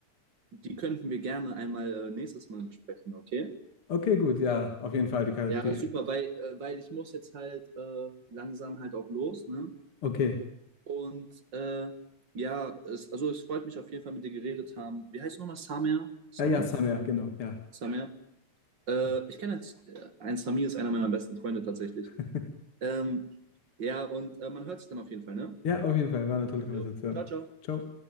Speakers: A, on the right; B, on the left.
A: Die könnten wir gerne einmal äh, nächstes Mal besprechen, okay?
B: Okay, gut, ja, auf jeden Fall, die, Ka-
A: Ja,
B: die,
A: super, weil, äh, weil ich muss jetzt halt äh, langsam halt auch los, ne?
B: okay.
A: Und äh, ja, es, also es freut mich auf jeden Fall, mit dir geredet haben. Wie heißt du nochmal? Samir? Samir?
B: Ja, ja, Summer, genau, ja.
A: Samir? Äh,
B: Gut.
A: ich kenne jetzt, äh, ein Samir ist einer meiner besten Freunde tatsächlich.
B: <laughs>
A: Ähm, ja, und äh, man hört sich dann auf jeden Fall, ne?
B: Ja, auf jeden Fall, war eine tolle Konversation.
A: Jo, ciao, ciao.
B: Ciao.